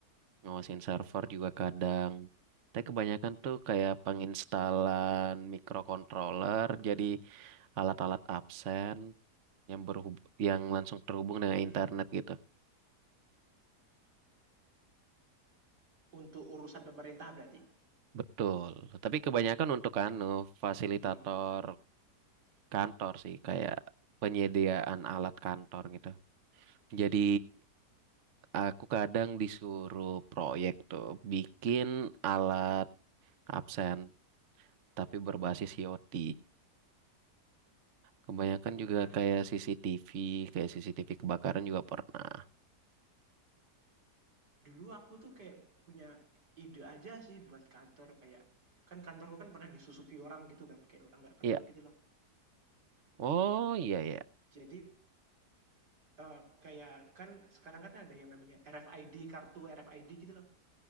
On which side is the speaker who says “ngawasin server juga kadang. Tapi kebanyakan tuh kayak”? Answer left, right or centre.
Right